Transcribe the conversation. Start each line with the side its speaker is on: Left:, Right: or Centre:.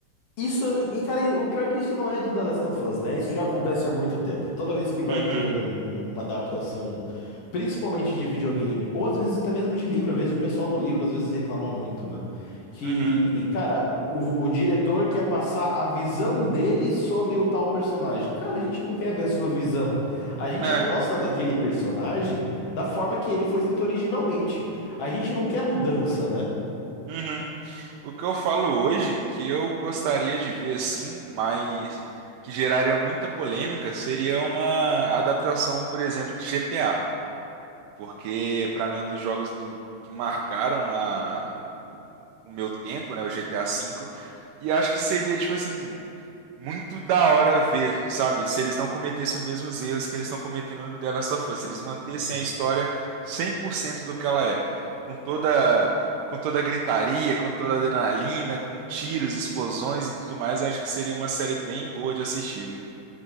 Left: Isso, e cara, o pior é que isso não é do The Last of Us, né? Isso já acontece há muito tempo. Toda vez que vai
Right: Uhum.
Left: ter um- um- uma adaptação, principalmente de videogame, ou às vezes até mesmo de livro, eu vejo o pessoal do livro às vezes reclama muito, né? Que,
Right: Uhum.
Left: cara, o, o diretor quer passar a visão dele sobre o tal personagem. Cara, a gente não quer ver a sua visão. A gente
Right: É.
Left: gosta daquele personagem da forma que ele foi escrito originalmente. A gente não quer mudança, né?
Right: Uhum. O que eu falo hoje, que eu gostaria de ver assim, mas que geraria muita polêmica, seria uma adaptação, por exemplo, de GTA. porque para mim é um dos jogos do, que marcaram a, o, o meu tempo, né, o GTA V, e acho que seria, tipo assim, muito da hora ver, sabe, se eles não cometessem os mesmos erros que eles estão cometendo no The Last of Us, se eles mantessem
Left: Sim.
Right: a história 100% do que ela é, com toda... Com toda a gritaria, com toda a adrenalina, com tiros, explosões e tudo mais, eu acho que seria uma série bem boa de assistir, viu?